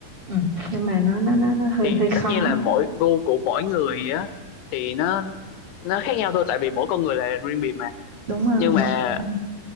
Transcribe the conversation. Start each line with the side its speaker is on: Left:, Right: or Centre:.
Right: ừ. nhưng mà nó nó nó nó hơi
Left: thì
Right: hơi khó
Left: tất nhiên là mỗi gu của mỗi người á thì nó nó khác nhau thôi tại vì mỗi con người là riêng biệt
Right: đúng rồi
Left: nhưng mà
Right: mỗi ừ.